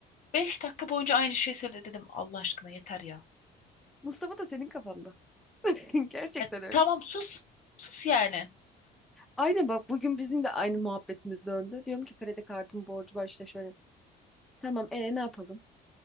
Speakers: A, on the left (about 50°); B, in the centre.
A: Beş dakika boyunca aynı şeyi söyledi dedim. Allah aşkına yeter ya.
B: Mustafa da senin kafanda. <laughs> Gerçekten
A: Ya
B: öyle.
A: tamam sus. Sus yani.
B: Aynen bak bugün bizim de aynı muhabbetimiz döndü. Diyorum ki kredi kartım borcu var işte şöyle. Tamam e ne yapalım?